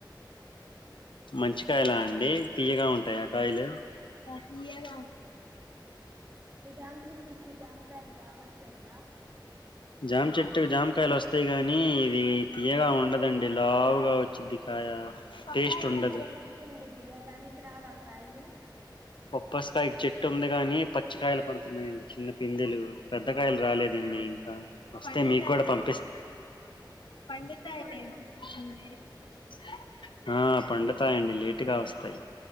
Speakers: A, on the left; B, on the right.
A: మంచి కాయలా అండి తీయగా ఉంటయా కాయలు మాకియ్యల
B: తీయగా ఉంటాయి మీ జామచెట్టుకి జామకాయలు రావట్లేదా
A: జామ చెట్టు జామకాయలు వస్తాయి గానీ ఇది తీయగా ఉండదండి లావుగా వచ్చిది కాయ టేస్ట్
B: పప్పాయి
A: ఉండదు
B: కా చెట్టుంది ఇద్దిగా దానికి రావక్కా యలు
A: బప్పసకాయకి చెట్టు ఉంది గాని పచ్చి పచ్చికాయలు పడుతున్నాయండి చిన్న పిందెలు పెద్దకాయలు రాలేదండి ఇంకా వస్తే
B: పండుతాయి
A: మీకు కూడా పంపిస్త ఆ పండుతాయండి
B: పండుతాయిలే కొంచెం
A: లేటుగా ఆ పండుతాయండి లేటుగా వస్తాయి